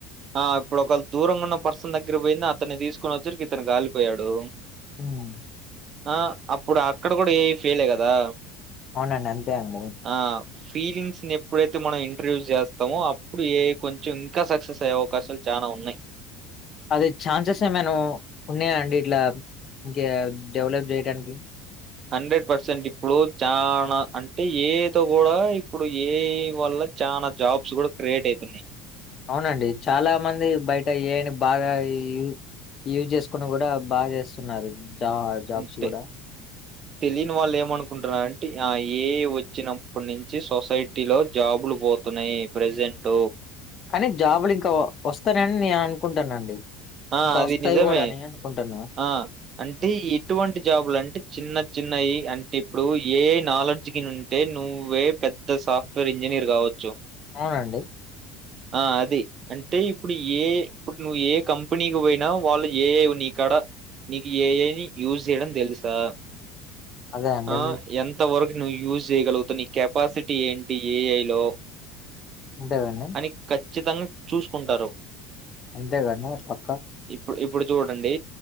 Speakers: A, on the right (about 30°); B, on the left (about 30°).
A: ఆ ఇప్పుడు ఒకలు దూరంగా ఉన్న పర్సన్ దగ్గర పోయింది అతన్ని తీసుకొని వచ్చరికి ఇతను కాలిపోయాడు
B: ఉమ్
A: ఆ అప్పుడు అక్కడ కూడా ఏఐ ఫెయిలే కదా
B: అవునండి అంతే అండి
A: ఆ ఫీలింగ్స్ ని ఎప్పుడైతే మనం ఇంట్రడ్యూస్ చేస్తామో అప్పుడు ఏఐ కొంచెం ఇంకా సక్సెస్ అయ్యే అవకాశాలు చానా ఉన్నయి
B: అది ఛాన్సెస్ ఏమైనా ఉన్నయా అండి ఇట్లా ఇంకా డెవలప్ చేయడానికి
A: హండ్రెడ్ పర్సెంట్ ఇప్పుడు చానా అంటే ఏఐ తో కూడా ఇప్పుడు ఏఐ వల్ల చానా జాబ్స్ కూడా క్రియేట్ అవుతున్నాయి
B: అవునండి చాలా మంది బయట ఏ ఐ అని బాగా యూ యూజ్ చేసుకుని కూడా బాగా చేస్తున్నారు జా జాబ్స్
A: ఇంతే
B: కూడా
A: తెలియని వాళ్ళు ఏమనుకుంటున్నారంటే ఆ ఏ ఐ వచ్చినప్పటి నుంచి సొసైటీ లో జాబులు పో తున్నాయి ప్రెజెంట్
B: కానీ జాబులు ఇంకా వస్తానయి అని నే అనుకుంటానండి
A: ఆ
B: ఇంకా
A: అది
B: వస్తాయి
A: నిజమే
B: కూడా అని అనుకుంటున్నా
A: ఆ అంటే ఎటువంటి జాబులు అంటే చిన్న చిన్నవి అంటే ఇప్పుడు ఏ ఐ నాలెడ్జ్ కి నుం అంటే నువ్వే పెద్ద సాఫ్ట్వేర్ ఇంజనీర్ కావచ్చు
B: అవునండి
A: ఆ అది అంటే ఇప్పుడు ఏ ఐ ఇప్పుడు నువ్వు ఏ ఐ కంపె ఇప్పుడు నీకు పోయినా వాళ్ళు ఏ ఐ నీకాడ నీకు ఏ ఐ యూజ్ చేయడం తెలుసా
B: అదే అండి
A: ఆ ఎంత త వరకు నువ్వు యూజ్ చేయగలుగుతవు నీ కెపాసిటీ ఏంటి ఏ ఐ లో
B: ఉంటదండి
A: అని ఖచ్చితంగా చూసుకుంటారు
B: అంతేగా అన్న పక్క
A: ప్పుడు ఇప్పుడు చూడండి